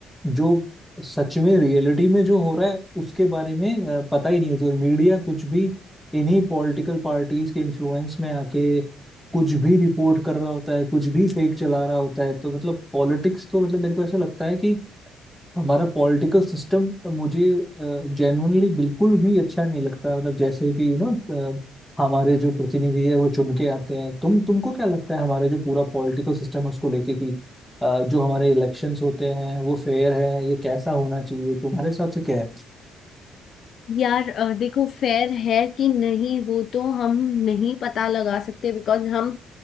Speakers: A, in the centre; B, on the left (about 50°).
A: जो सच में रियलिटी में जो हो रहा है उसके बारे में अ, पता ही नहीं होती और मीडिया कुछ भी इन्हीं पॉलिटिकल पार्टीज के इन्फ्लुएंस में आके कुछ भी रिपोर्ट कर रहा होता है कुछ भी फेक चला रहा होता है तो मतलब पॉलिटिक्स तो मतलब मेरे को ऐसा लगता है कि हमारा पॉलिटिकल सिस्टम मुझे जेन्युइनली बिल्कुल भी अच्छा नहीं लगता मतलब जैसे भी यू नो हमारे जो प्रतिनिधि है वो चुन के आते हैं तुम तुमको क्या लगता है हमारे जो पूरा पॉलिटिकल सिस्टम है उसको लेके कि अ, जो हमारे इलेक्शंस होते हैं वो फेयर है ये कैसा होना चाहिए तुम्हारे हिसाब से क्या है
B: यार अ, देखो फेयर है कि नहीं वो तो हम नहीं पता लगा सकते बिकॉज हम